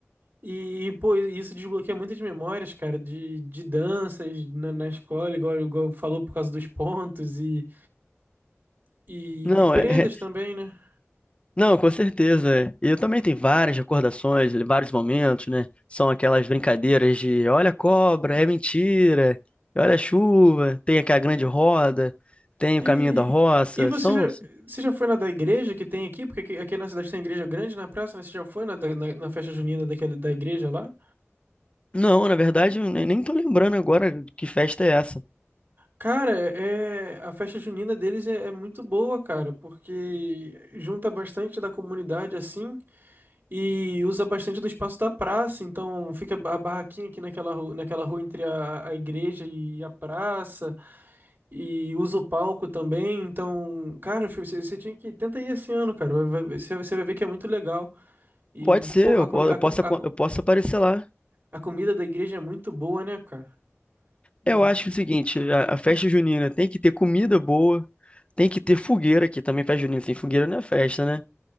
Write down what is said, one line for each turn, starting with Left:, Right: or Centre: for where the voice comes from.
Right: E, pô, isso desbloqueia muitas memórias, cara, de, de danças na, na escola, igual, igual falou, por causa dos pontos e, e,
Left: Não,
Right: e prendas
Left: é, é-
Right: também, né?
Left: não, com certeza. é. E Eu também tenho várias recordações, vários momentos, né? São aquelas brincadeiras de olha a cobra, é mentira, olha a chuva, tem aquela grande roda, tem o
Right: E,
Left: caminho da roça.
Right: e você
Left: São
Right: já, você já foi na da igreja que tem aqui? Porque aqui, aqui na cidade tem igreja grande na praça, né? Você já foi na, da- na, na festa junina daquela, da igreja lá?
Left: Não, na verdade, eu nem nem tô lembrando agora que festa é essa.
Right: Cara, é, a festa junina deles é, é muito boa, cara, porque junta bastante da comunidade assim. E usa bastante do espaço da praça, então fica a barraquinha aqui naquela rua, naquela rua entre a, a igreja e a praça, e usa o palco também, então, cara, fi- você, você tinha que... Tenta ir esse ano, cara, vai- vai- você, você vai ver que é muito legal. E,
Left: Pode ser,
Right: pô, a,
Left: eu,
Right: comi-
Left: po-
Right: a,
Left: eu
Right: co-
Left: posso,
Right: a,
Left: aco-
Right: co-
Left: eu posso aparecer lá.
Right: a comida da igreja é muito boa, né, cara? Hum,
Left: Eu acho o seguinte, a, a festa junina tem que ter comida boa, tem que ter fogueira, que também festa junina sem fogueira não é festa, né?